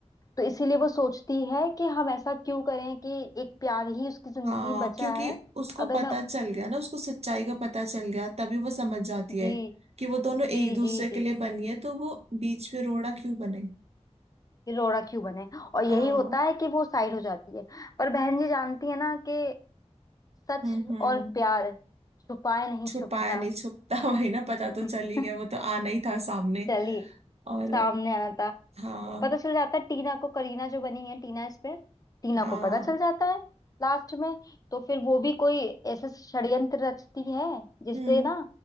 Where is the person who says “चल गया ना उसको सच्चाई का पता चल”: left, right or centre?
Right